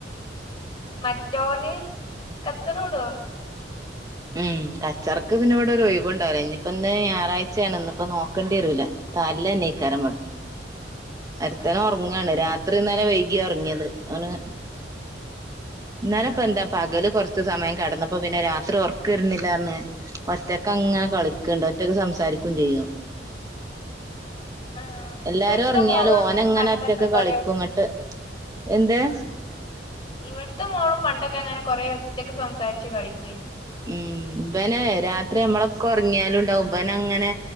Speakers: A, on the left (about 25°); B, on the right (about 20°).
A: മറ്റോന് കച്ചറോഡോ
B: ഉം കച്ചർക്ക് പിന്നെവിട ഒരു ഒഴിവ് ഉണ്ടാവില്ലോ ഇനിയിപ്പ ഇന്ന് ഞായറാഴ്ചയാണ്ന്നപ്പോ നോക്കേണ്ടി വരൂല്ല തല്ലേ നീക്കാരം മ
A: <inaudible>
B: ഒരുത്തന്
A: ആഹ്
B: ഉറങ്ങാണ് രാത്രിന്നാല വൈകിയ ഉറങ്ങിയത് അവന് ഇന്നാല ഇപ്പ എന്താ പകല് കുറച്ച് സമയം കടന്നപ്പോ പിന്നെ രാത്രി ഓർ ക്ക് വരുന്നില്ല പറഞ് ഒറ്റക്കെ അങ്ങനെ കളിക്കണ്ട് ഒറ്റക്ക് സംസാരിക്കുകയും ചെയ്യും
A: അഹ്
B: എല്ലാരും
A: ഇവിടുത്തെ
B: ഉറങ്ങിയാലും
A: മോളും അങ്ങനെ
B: ഓനങ്ങനെ
A: പണ്ടൊക്കെ
B: ഒറ്റക്ക്
A: കൊറെേ
B: കളിക്കും ഇങ്ങട്ട് എന്തേ..
A: ഇവട്ത്തെ മോളും പണ്ടൊക്കെ അങ്ങനെ കൊറേ ഒറ്റക്ക് സംസാരിച്ച് കളിക്കേനി
B: മ്മ് ഇവന് രാത്രി നമ്മളൊക്കെ ഉറങ്ങിയാലും ഉണ്ടാവും ഇവൻ അങ്ങനെ